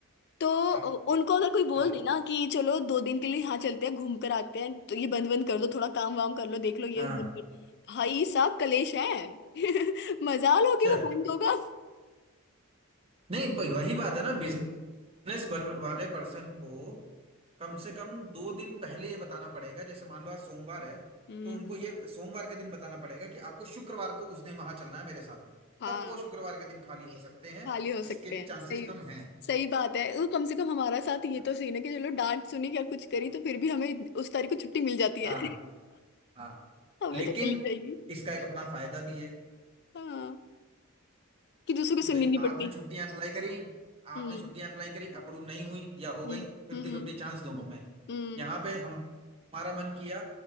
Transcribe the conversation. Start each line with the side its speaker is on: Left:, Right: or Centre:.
Left: तो
Right: हाँ
Left: उनको अगर कोई बोल
Right: हाँ
Left: दे ना कि चलो दो दिन के लिए यहाँ चलते हैं घूम कर आते हैं तो ये बंद बंद कर दो थोड़ा काम वाम कर लो देख लो ये
Right: हाँ
Left: बंद कर भाई साहब कलेश है <laughs> मजाल हो
Right: अच्छा
Left: कि वो बंद होगा
Right: नहीं प- वही बात है ना बिजनेस वाले पर्सन को कम से कम दो दिन पहले ये बताना पड़ेगा जैसे मान लो आज सोमवार है
Left: हम्म
Right: तो उनको ये सोमवार के दिन बताना पड़ेगा कि आपको शुक्रवार को उस दिन वहां चलना है मेरे साथ में
Left: हाँ
Right: तब वो शुक्रवार के दिन खाली हो सकते हैं
Left: खाली हो
Right: जिसके
Left: सकते
Right: भी
Left: हैं
Right: चांसेस
Left: सही
Right: कम हैं
Left: सही बात है वो कम से कम हमारा साथ ये
Right: हाँ
Left: तो सीन है कि चलो डांट सुनी या कुछ
Right: हाँ
Left: करी तो फिर भी हमें इत- उस तारीख को छुट्टी मिल जाती है
Right: हाँ
Left: <laughs>
Right: हाँ
Left: हमें
Right: लेकिन
Left: तो मिल जाएगी
Right: इसका एक अपना फायदा भी है
Left: हाँ कि दूसरों की
Right: कि
Left: सुननी
Right: भाई
Left: नहीं
Right: आपने
Left: पड़ती
Right: छुट्टियां अप्लाई करी आपने
Left: हम्म
Right: छुट्टियां अप्लाई करी अप्रूव नहीं हुई या
Left: हम्म
Right: हो गई फिफ्टी
Left: हम्म हम्म
Right: फिफ्टी चांस दोनों में
Left: हम्म।
Right: यहाँ पे हम हमारा मन किया